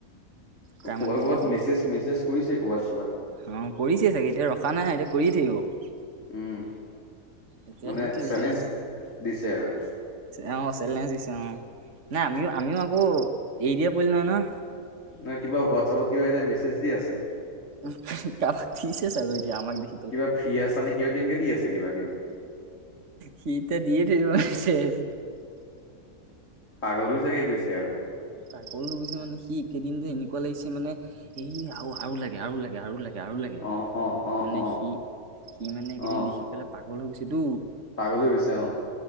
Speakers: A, on the right; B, on the left.
A: তাৰ
B: ক'বাত
A: মানে এতিয়া
B: ক'বাত
A: সম
B: মেছেজ, মেছেজ কৰিছে ক কৰ'বাত ক'বাত।
A: অ', কৰিছে চাগে এতিয়া ৰখা নাই এতিয়া কৰিয় থাকিব।
B: উম,
A: এতিয়া
B: মানে
A: সেইটোৱে
B: চেলেঞ্জ
A: সি
B: দিছে আৰু
A: অ', চেলেঞ্জ দিছে অ', নাই আমিও আমিও আকৌ এৰি দিয়া পৰিলো নহয় ন?
B: না কিবা হোৱাটছাপপত কিবা এতিয়া মেছেজ দি আছে।
A: কাৰোবাক দিছে চাগৈ আৰু এতিয়া আমাক দি
B: কিবা ফ্ৰী আছ নে? কিয় কে এনেকে দি আছে কিবা কিবি
A: সিটা দিয়ে থাকিব শেষ।
B: পাগল জাগে গৈছে আৰু
A: পাগল হৈ গৈছে মানে সি কেইদিন যে এনেকুৱা লাগিছে মানে এই আৰু আৰু লাগে আৰু লাগে আৰু লাগে। আৰু লাগে
B: অ', অ' অ',
A: মানে
B: অ'।
A: সি সি মানে এইকেইদিন
B: অ
A: দেখি পেলাই পাগল হৈ গৈছে তো।
B: পাগল হৈ গৈছে অ'।